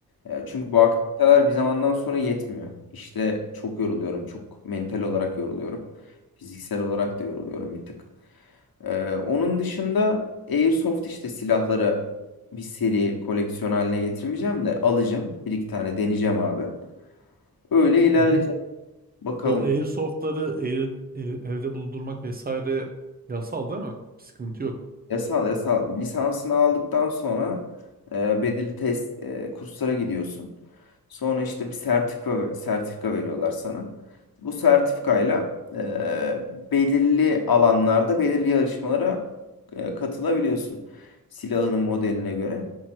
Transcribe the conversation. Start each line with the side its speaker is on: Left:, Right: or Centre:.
Left: E, Çünkü bu aktiviteler bir zamandan sonra yetmiyor. İşte çok yoruluyorum. Çok mental olarak yoruluyorum. Fiziksel olarak da yoruluyorum bir tık. E, onun dışında Airsoft işte silahları bir seri koleksiyon haline getirmeyeceğim de alacağım. Bir iki tane deneyeceğim abi. Öyle ilerleyeceğim.
Right: Hı hı.
Left: Bakalım.
Right: O airsoftları air- air- evde bulundurmak vesaire yasal değil mi? Bir sıkıntı yok.
Left: Yasal yasal lisansını aldıktan sonra e, bedeli test e, kurslara gidiyorsun. Sonra işte bir sertifika sertifika veriyorlar sana. Bu sertifikayla e, belirli alanlarda belirli yarışmalara e, katılabiliyorsun. Silahının modeline göre.